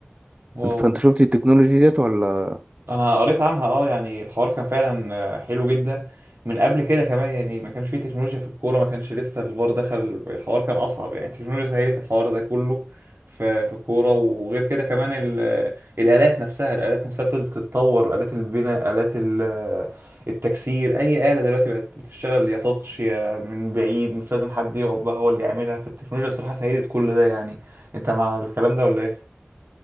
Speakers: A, on the right (about 70°); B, on the right (about 35°).
A: واو
B: فانت شفت التكنولوجي ديت ولا
A: انا قريت عنها اه يعني الحوار كان فعلا آه، حلو جدا من قبل كده كمان يعني ما كانش فيه تكنولوجيا في الكوره ما كانش لسه الفار دخل الحوار كان اصعب يعني التكنولوجيا سهلت الحوار ده كله في في الكوره وغير كده كمان ال- آه، الالات نفسها الالات نفسها ابتدت تتطور الات البناء الات ال- آه، التكسير اي اله دلوقتي بقت بتشتغل يا تاتش يا من بعيد مش لازم حد يقف بقى هو اللي يعملها فالتكنولوجيا الصراحه سهلت كل ده يعني انت مع الكلام ده ولا ايه؟